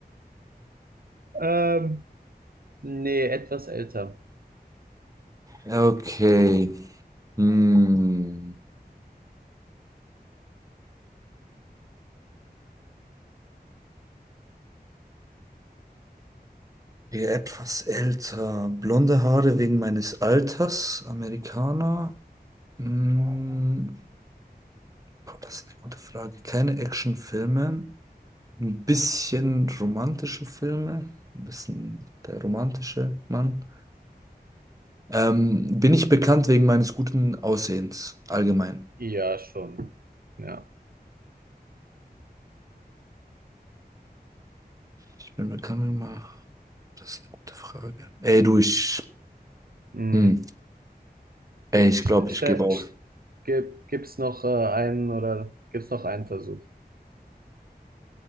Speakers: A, on the right; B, on the right.
A: Ähm, nee, etwas älter.
B: Okay. Hm. Hier etwas älter. Blonde Haare wegen meines Alters. Amerikaner. Hm. Boah, das ist eine gute Frage. Keine Actionfilme. Ein bisschen romantische Filme. Ein bisschen der romantische Mann. Ähm, bin ich bekannt wegen meines guten Aussehens allgemein?
A: Ja, schon. Ja.
B: Ich bin bekannt immer. Das ist eine gute Frage. Ey, du, ich.
A: Hm.
B: Hm. Ey, ich
A: St-
B: glaube,
A: ste-
B: ich gebe auf.
A: st- Gib, gibt's noch äh, einen oder gibt's noch einen Versuch?